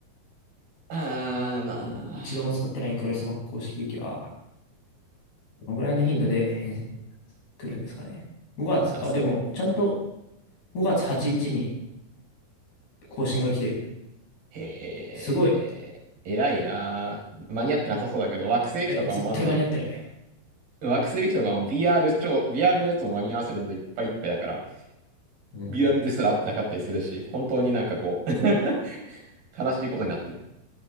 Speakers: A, on the right; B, on the left.
A: あー、なあ。
B: うん一度も使ってない黒い砂漠公式ウィキは、どのぐらいの頻度で変来るんですかね。5月、
A: あ、
B: あ、
A: そ
B: でも、ちゃんと、5月8日にちに更新が来てる。
A: う。へえ。
B: すごい。
A: 偉いなあ。間に合ってなさそうだけど、惑星機とかもマジで。
B: え、絶対間に合ってない。
A: 惑星機とかも VR 超、VR のやつも間に合わせるのといっぱいいっぱいだから。
B: うん。
A: リアルですら合ってなかったりするし、本当になんかこう <laughs> 悲しいことになってる。